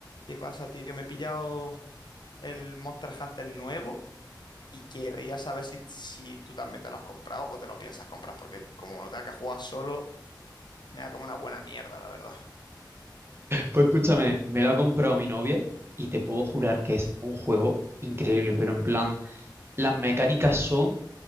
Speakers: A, on the left; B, on the right.
A: ¿Qué pasa, tío? Me he pillado el Monster Hunter nuevo y querría saber si, si tú también te lo has comprado o te lo piensas comprar, porque como lo tenga que jugar solo, me da como una buena mierda, la verdad.
B: Pues escúchame, me lo ha comprado mi novia y te puedo jurar que es un juego increíble, pero en plan, las mecánicas son